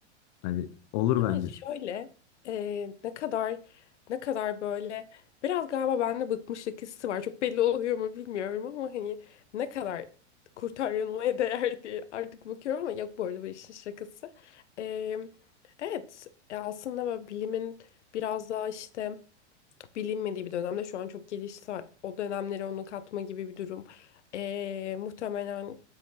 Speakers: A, on the left; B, on the left.
A: Hani olur
B: Yani
A: bence.
B: şöyle e, ne kadar ne kadar böyle biraz galiba bende bıkmışlık hissi var. Çok belli oluyor mu bilmiyorum ama hani ne kadar kurtarılmaya değer diye artık bakıyorum ama yok bu arada bu işin şakası. E, evet e, aslında böyle bilimin biraz daha işte bilinmediği bir dönemde şu an çok gelişti. O dönemlere onu katma gibi bir durum. Ee, muhtemelen